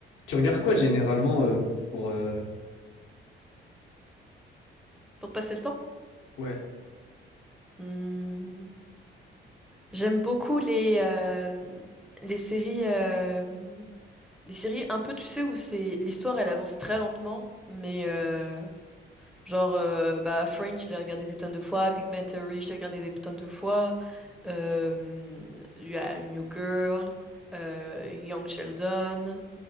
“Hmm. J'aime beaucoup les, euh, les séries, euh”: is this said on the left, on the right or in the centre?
Centre